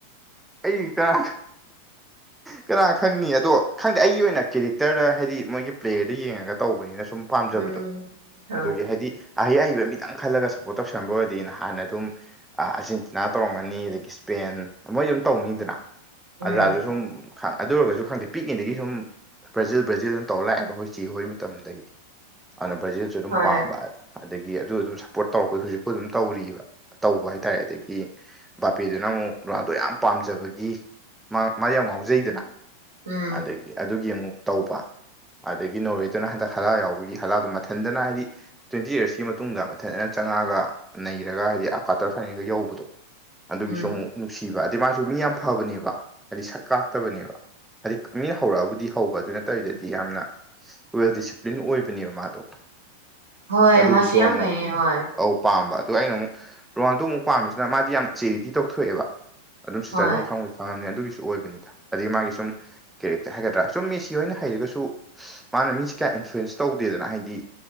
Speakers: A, in the centre; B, on the right.
A: ꯑꯩ ꯀꯔꯥ ꯀꯅꯥ ꯈꯪꯅꯤ ꯑꯗꯣ ꯈꯪꯗꯦ ꯑꯩꯒꯤ ꯑꯣꯏꯅ ꯀꯦꯔꯦꯛꯇꯔꯗ ꯍꯥꯏꯗꯤ ꯃꯣꯏꯒꯤ ꯄ꯭ꯂꯦꯌꯔꯗ ꯌꯦꯡꯉꯒ ꯇꯧꯕꯅꯤꯅ ꯁꯨꯝ ꯄꯥꯝꯖꯕꯗꯣ
B: ꯎꯝ ꯍꯣꯏ
A: ꯑꯗꯨꯒꯤ ꯍꯥꯏꯗꯤ ꯑꯍꯩ ꯑꯍꯩꯕ ꯃꯤꯇꯪ ꯈꯜꯂꯒ ꯁꯞꯄꯣꯔꯠ ꯇꯧꯁꯟꯕ ꯑꯣꯏꯔꯗꯤ ꯅꯍꯥꯟꯅ ꯑꯗꯨꯝ ꯑꯥꯔꯖꯦꯟꯇꯤꯅꯥ ꯇꯧꯔꯝꯒꯅꯤ ꯑꯗꯒꯤ ꯁ꯭ꯄꯦꯟ ꯃꯣꯏ ꯁꯨꯝ ꯇꯧꯅꯤꯗꯅ
B: ꯎꯝ
A: ꯑꯖꯥꯁꯨ ꯁꯨꯝ ꯑꯗꯨ ꯑꯣꯏꯔꯒꯁꯨ ꯈꯪꯗꯦ ꯄꯤꯛꯉꯩꯗꯒꯤ ꯁꯨꯝ ꯕ꯭ꯔꯥꯖꯤꯜ ꯕ꯭ꯔꯥꯖꯤꯜ ꯑꯗꯨꯝ ꯇꯧ ꯂꯥꯛꯑꯦꯕ ꯈꯣꯏ ꯆꯦ ꯍꯣꯏ ꯃꯇꯝꯗꯒꯤ ꯑꯗꯨꯅ ꯕꯔꯖꯤꯜꯁꯨ ꯑꯗꯨꯝ
B: ꯍꯣꯏ
A: ꯄꯥꯝꯕ ꯍꯥꯏ ꯑꯗꯒꯤ ꯑꯗꯨ ꯑꯗꯨꯝ ꯁꯞꯄꯣꯔꯠ ꯇꯧꯔꯛꯄ ꯍꯧꯖꯤꯛꯄꯨ ꯑꯗꯨꯝ ꯇꯧꯑꯔꯤꯕ ꯇꯧꯕ ꯍꯥꯏꯇꯥꯔꯦ ꯑꯗꯒꯤ ꯕꯥꯄꯦꯗꯨꯅ ꯑꯃꯨꯛ ꯔꯣꯅꯥꯜꯗꯣ ꯌꯥꯝ ꯄꯥꯝꯖꯕꯒꯤ ꯃꯥ ꯃꯥ ꯌꯥꯝ ꯉꯥꯎꯖꯩꯗꯅ
B: ꯎꯝ
A: ꯑꯗꯒꯤ ꯑꯗꯨꯒꯤ ꯑꯃꯨꯛ ꯇꯧꯕ ꯑꯗꯒꯤ ꯅꯣꯔꯋꯦꯗꯨꯅ ꯍꯟꯗꯛ ꯍꯂ ꯌꯥꯎꯕꯒꯤ ꯍꯂꯗꯣ ꯃꯊꯟꯇꯅ ꯍꯥꯏꯗꯤ ꯇ꯭ꯋꯦꯟꯇꯤ ꯔꯁꯀꯤ ꯃꯇꯨꯡꯗ ꯃꯊꯟꯗꯅ ꯆꯪꯉꯛꯑꯒ ꯅꯩꯔꯒ ꯍꯥꯏꯗꯤ ꯀ꯭ꯋꯥꯇꯔ ꯐꯥꯏꯅꯦꯜꯒ ꯌꯧꯕꯗꯣ ꯑꯗꯨꯒꯤꯁꯨ
B: ꯎꯝ
A: ꯑꯃꯨꯛ ꯅꯨꯡꯁꯤꯕ ꯃꯥꯁꯨ ꯃꯤ ꯌꯥꯝ ꯐꯕꯅꯦꯕ ꯍꯥꯏꯗꯤ ꯁꯛ ꯀꯥꯛꯇꯕꯅꯦꯕ ꯍꯥꯏꯗꯤ ꯃꯤꯅ ꯍꯧꯔꯛꯑꯕꯨꯗꯤ ꯍꯧꯕ ꯑꯗꯨ ꯅꯠꯇꯕꯤꯗꯗꯤ ꯌꯥꯝꯅ ꯋꯦꯜ ꯗꯤꯁꯤꯄ꯭ꯂꯤꯟ ꯑꯣꯏꯕꯅꯦꯕ ꯃꯥꯗꯣ
B: ꯍꯣꯏ
A: ꯑꯗꯨꯒꯤꯁꯨ
B: ꯃꯥꯁꯨ ꯌꯥꯝ
A: ꯑꯃꯨꯛ
B: ꯐꯩꯌꯦ ꯍꯣꯏ
A: ꯄꯥꯝꯕ ꯑꯗꯨ ꯑꯩꯅ ꯑꯃꯨꯛ ꯔꯣꯅꯥꯜꯗꯣ ꯑꯃꯨꯛ ꯄꯥꯝꯃꯤꯁꯤꯅ ꯃꯥꯗꯤ ꯌꯥꯝ ꯆꯦꯔꯤꯇꯤ ꯇꯧꯊꯣꯛꯑꯦꯕ ꯑꯗꯨꯝ ꯁꯤꯗ
B: ꯍꯣꯏ
A: ꯑꯗꯨꯝ ꯈꯪꯉꯤ ꯐꯕꯃꯦ ꯑꯗꯨꯒꯤꯁꯨ ꯑꯣꯏꯕꯅꯤꯗ ꯑꯗꯒꯤ ꯃꯥꯒꯤ ꯁꯨꯝ ꯀꯦꯔꯦꯛꯇꯔ ꯍꯥꯏꯒꯗ꯭ꯔꯥ ꯁꯨꯝ ꯃꯦꯁꯤ ꯍꯣꯏꯅ ꯍꯩꯔꯒꯁꯨ ꯃꯥꯅ ꯃꯤꯁꯦ ꯀꯌꯥ ꯏꯟꯐ꯭ꯂꯨꯌꯦꯟꯁ ꯇꯧꯗꯦꯗꯅ ꯍꯥꯏꯗꯤ